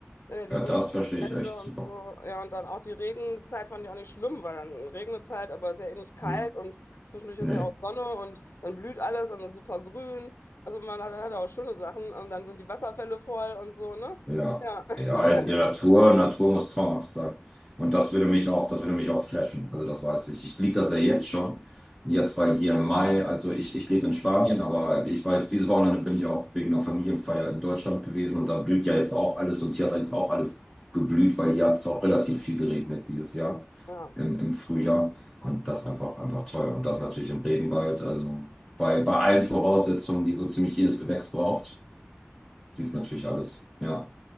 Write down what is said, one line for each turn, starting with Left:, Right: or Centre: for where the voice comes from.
Left: ja, die
Centre: Ja,
Left: Sonnenbrände
Centre: das verstehe ich echt
Left: und
Centre: super.
Left: so. Ja, und dann auch die Regenzeit fand ich auch nicht schlimm, weil dann Regnezeit, aber es ist ja eh nicht kalt
Centre: Mhm.
Left: und zwischendurch ist
Centre: Nee.
Left: ja auch Sonne und dann blüht alles und ist super grün. Also man hat, hat auch schöne Sachen und dann sind die Wasserfälle voll und so, ne?
Centre: Ja,
Left: Ja. <laughs>
Centre: ja, halt, die Natur, Natur muss traumhaft sein. Und das würde mich auch, das würde mich auch flashen. Also das weiß ich. Ich liebe das ja jetzt schon. Jetzt war hier im Mai, also ich, ich lebe in Spanien, aber ich war jetzt dieses Wochenende bin ich auch wegen einer Familienfeier in Deutschland gewesen und da blüht ja jetzt auch alles und hier hat jetzt auch alles geblüht, weil hier hat es auch relativ viel geregnet dieses Jahr
Left: Ja.
Centre: im, im Frühjahr. Und das einfach, einfach toll. Und das natürlich im Regenwald. Also bei, bei allen Voraussetzungen, die so ziemlich jedes Gewächs braucht, sieht es natürlich alles. Ja.